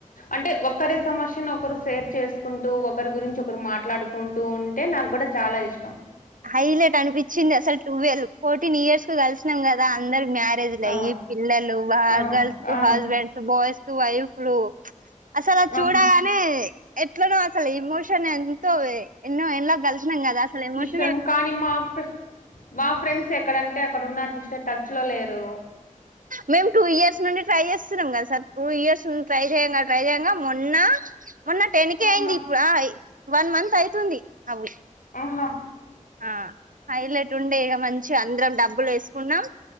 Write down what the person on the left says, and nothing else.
అంటే ఒక్కరే సమస్యను ఒకరు షేర్ చేసుకుంటూ ఒకరి గురించి ఒకరు మాట్లాడుకుంటూ ఉంటే నాకు గుడా చాలా ఇష్టం
ఆ,
ఆ,
ఆ,
ఆహా
కొంచెం కానీ మా మా ఫ్రెండ్స్ ఎక్కడంటే అక్కడ ఉన్నారు సిస్టర్ టచ్ లో లేరు
ఆహా
ఆహా